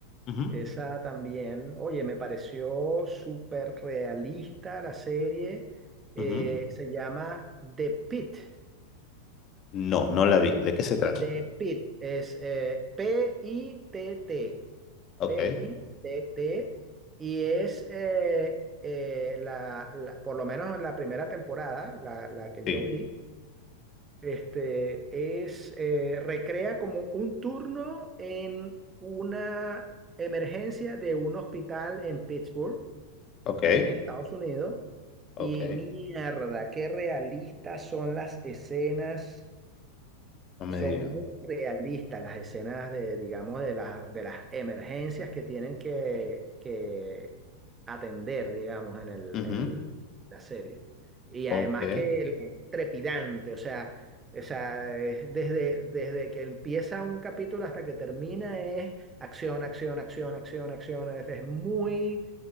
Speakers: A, on the left; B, on the right.
A: Ujú,
B: esa también, oye, me pareció súper realista la serie, eh,
A: ujú.
B: se llama The Pit,
A: No, no la vi. ¿De qué se trata?
B: The Pit, es eh, P-I-T-T,
A: Ok.
B: P-I-T-T, y es eh, eh, la, la- por lo menos la primera temporada, la la que
A: Sí,
B: yo vi Este es eh, recrea como un turno en una emergencia de un hospital en Pittsburgh,
A: ok,
B: en Estados Unidos.
A: ok,
B: Y mierda, qué realistas son las escenas
A: no me
B: son
A: diga.
B: muy realistas las escenas de, digamos, de las, de las emergencias que tienen que, que atender, digamos, en el,
A: Ujú,
B: en el, la serie. Y
A: Ok,
B: además que el- es trepidante, o sea, o sea, es desde, desde que empieza un capítulo hasta que termina es acción, acción, acción, acción, acción. Es, es muy